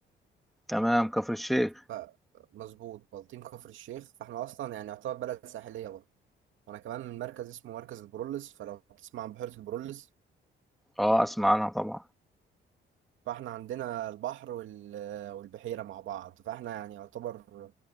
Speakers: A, in the centre; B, on the right.
A: تمام كفر الشيخ
B: ف مظبوط بلطيم كفر الشيخ فاحنا اصلا يعني يعتبر بلد ساحليه برضه وانا كمان من مركز اسمه مركز البرولس فلو بتسمع عن بحيره البرولس
A: اه اسمع عنها طبعا
B: فاحنا عندنا البحر وال... والبحيره مع بعض فاحنا يعني يعتبر